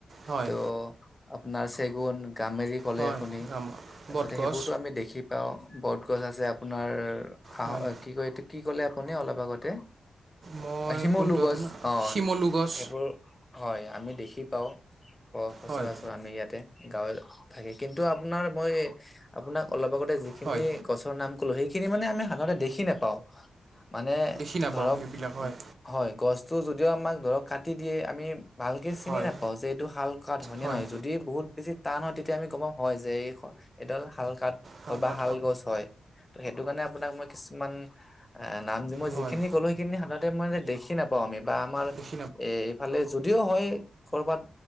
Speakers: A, on the right; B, on the left.
A: হয়
B: ত' আপোনাৰ চেগুন, গামেৰি, ক'লে
A: হয়
B: আপুনি
A: গাম
B: তাৰপিছতে
A: বটগছ
B: সেইবোৰতো আমি দেখি পাওঁ। বটগছ, আছে আপোনাৰ আহ
A: হয়
B: কি কয় এইটো কি ক'লে আপুনি অলপ আগতে।
A: মই
B: আহ শিমলু
A: কোনটো
B: গছ
A: আপোনাৰ
B: অ
A: শিমলু গছ
B: সেইবোৰ। হয় আমি দেখি পাওঁ সচৰাচৰ
A: হয়
B: আমি ইয়াতে। গাঁৱে থাকে কিন্তু আপোনাৰ মই আপোনাক অলপ আগতে যিখিনি
A: হয়
B: গছৰ নাম ক'লো সেই। খিনি মানে আমি সাধাৰণতে দেখি নোপাওঁ মানে
A: দেখি নাপাওঁ
B: ধৰক
A: সেইবিলাক হয়
B: হয় গছ চ' যদিও আমাক ধৰক কাটি দিয়ে আমি ভালকে চিনি
A: হয়
B: নাপাওঁ যে এইটো হাল কাঠ হয়নে
A: হয়
B: নহয় যদি বহুত বেছি টান হয় তেতিয়া আমি গমা হয় যে এই এডাল হালকাত
A: হয় হয়।
B: ভাল গছ হয় টো সেইটো কাৰণে আপোনাক মই কিছুমান- এএ নাম মই
A: হয়
B: যিখিনি ক'লো সেইখিনি সাধাৰতে মই দেখি নাপাওঁ আমি বা আমাৰ
A: দেখি
B: এ- ফালে যদিও হয় কৰ'বাত